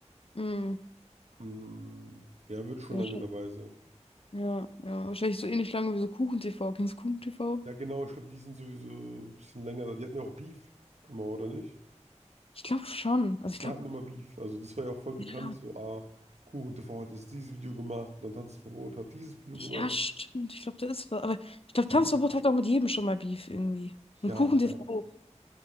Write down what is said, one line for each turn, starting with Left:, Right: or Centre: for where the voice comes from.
Left: Mm.
Right: mh, ja, wird schon
Left: Ja,
Right: lange
Left: wahrscheinlich,
Right: dabei sein.
Left: ja, ja, wahrscheinlich so ähnlich lange wie so Kuchen-TV. Kennst du Kuchen-TV?
Right: Ja, genau, ich glaube, die sind sowieso ein bisschen länger da. Die hatten ja auch Beef immer, oder nicht?
Left: Ich glaube schon. Also
Right: Die zwei
Left: ich glaube,
Right: hatten immer Beef. Also, das war ja auch voll bekannt,
Left: ja,
Right: so, ah, Kuchen, KuchenTV hat jetzt dieses Video gemacht und dann Tanzverbot hat dieses Video
Left: ja,
Right: gemacht.
Left: stimmt. Ich glaube, da ist was. Aber ich glaube,
Right: Die
Left: Tanzverbot
Right: haben,
Left: hat auch mit jedem schon mal Beef irgendwie. Und
Right: ja,
Left: Kuchen-TV
Right: ja.
Left: auch.